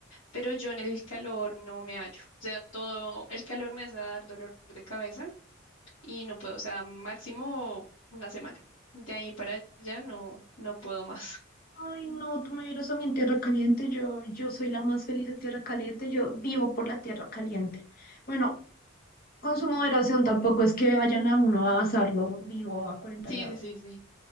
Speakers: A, on the left; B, on the left.
A: pero yo en el calor no me hallo. O sea, todo el calor me hace dar dolor de cabeza y no puedo, o sea, máximo una semana. De ahí para allá no, no puedo más. <laughs>
B: Ay, no, tú me vieras a mí en tierra caliente, yo, yo soy la más feliz en tierra caliente, yo vivo por la tierra caliente. Bueno, con su moderación tampoco es que vayan a uno a asarlo vivo a 40
A: Sí,
B: grados.
A: sí, sí, sí.